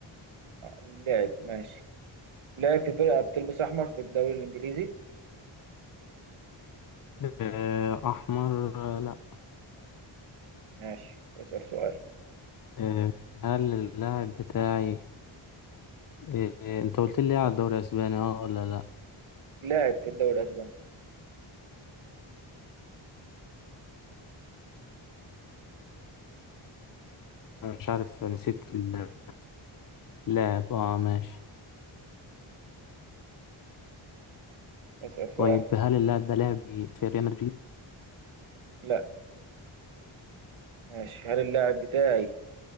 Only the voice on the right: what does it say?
آه، لعب ماشي لعب في فرقه بتلبس احمر في الدوري الانجليزي
ماشي اسال سؤال
لاعب في الدوري الاسباني
اسال
سؤال
لا ماشي هل اللاعب بتاعي